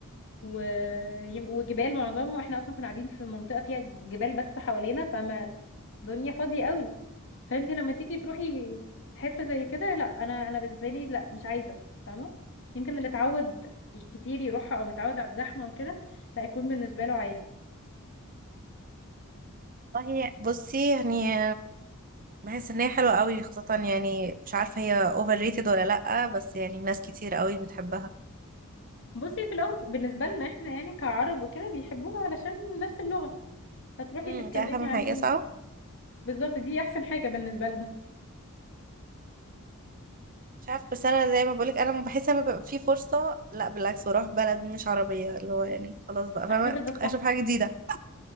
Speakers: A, on the left; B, on the right.
A: و... وجبال معظمها واحنا اصلا كنا قاعدين في منطقه فيها جبال بس حوالينا فما الدنيا فاضيه قوي فانت لما تيجي تروحي حته زي كده لا انا انا بالنسبه لي لا مش عايزه فاهمه يمكن اللي اتعود كتير يروحها او متعود على الزحمه وكده لا يكون بالنسبه له عادي
B: والله بصي يعني بحس ان هي حلوة قوي خاصة يعني مش عارفة هي اوفر ريتد ولا لأ بس يعني ناس كتير قوي بتحبها
A: بصي في الاول بالنسبه لنا احنا يعني كعرب وكده بيحبوها علشان نفس اللغه فتروحي
B: امم
A: تتكلمي
B: دي اهم
A: عادي
B: حاجة صح
A: بالظبط دي احسن حاجه بالنسبه لنا
B: مش عارف بس انا زي ما بقولك انا بحس لما بيبقى في فرصة لا بالعكس بروح بلد مش عربية اللي هو يعني خلاص بقى فاهمة
A: على فكره ده الصح
B: اشوف حاجة جديدة